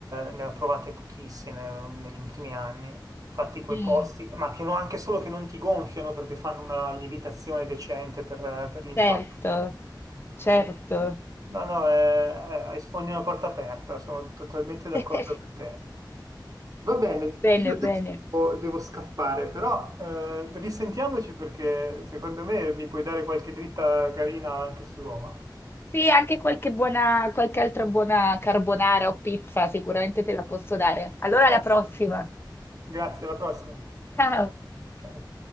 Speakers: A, on the right; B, on the left.
A: ne ho trovate pochissime mm, negli ultimi anni. Fatti quei
B: Mm,
A: posti, ma che no- anche solo che non ti gonfiano perché fanno una lievitazione decente per, per l'impasto.
B: certo, certo.
A: Eh, eh, no, no, eh, eh, sfondi una porta aperta, sono totalmente d'accordo
B: <laughs>
A: con te. Va bene,
B: Bene,
A: io adesso
B: bene.
A: devo devo scappare, però eh, risentiamoci perché secondo me mi puoi dare qualche dritta carina anche su Roma.
B: Sì, anche qualche buona, qualche altra buona carbonara o pizza sicuramente te la posso dare. Allora
A: No.
B: alla prossima.
A: Grazie, alla prossima.
B: Ciao.
A: Ciao.